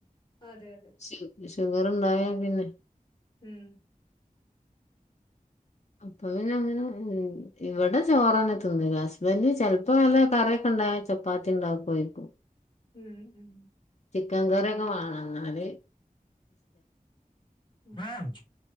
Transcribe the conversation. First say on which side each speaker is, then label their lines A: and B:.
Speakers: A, on the left; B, on the left.
A: അതെ അതെ
B: ഷു ഷുഗറ്ണ്ടായാ പിന്നെ
A: ഉം
B: അപ്പൊ പിന്നങ്ങനെ ഉം ഇവിടെ ചോറന്നെ തിന്നല് ഹസ്ബന്റ് ചെൽപ്പോ നല്ല കറിയൊക്കെ ഉണ്ടായ ചപ്പാത്തി ഉണ്ടാക്കൊയിക്കും
A: ഉം ഉം
B: ചിക്കൻ കറിക്കൊ വാണെന്നാല്
A: ആണ്